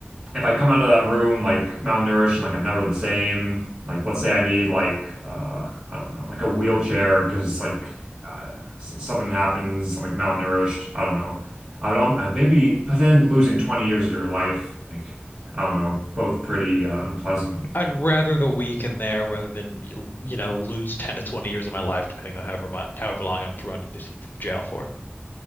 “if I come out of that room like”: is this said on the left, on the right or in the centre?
Right